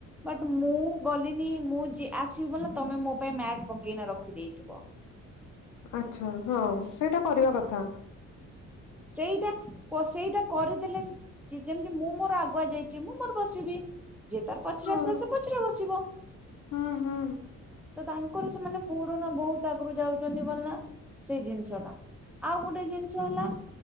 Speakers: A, in the centre; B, on the left (about 75°).
A: ବଟ୍ ମୁଁ ଗଲିନି ମୁଁ ଯି ଆସିବି ବୋଲି ତମେ ମୋ ପାଇଁ ମ୍ୟାଟ୍ ପକେଇନା ରଖିଦେଇଥିବ।
B: ଆଛା ହଁ ସେଇଟା କରିବା କଥା।
A: ସେଇଟା ସେଇଟା କରିଦେଲେ ଯେମିତି ମୁଁ ମୋର ଆଗୁଆ ଯାଇଛି ମୁଁ ମୋର ବସିବି। ଯେ ତାର ପଛରେ
B: ହଁ
A: ଆସିଲା ସେ ପଛରେ ବସିବ।
B: ହୁଁ ହୁଁ।
A: ତ ତାଙ୍କର ସେମାନେ ପୁରୁଣା ବହୁତ ଆଗରୁ ଯାଉଛନ୍ତି ବୋଲି ନା ସେଇ ଜିନିଷ ଟା। ଆଉ ଗୋଟେ ଜିନିଷ ହେଲା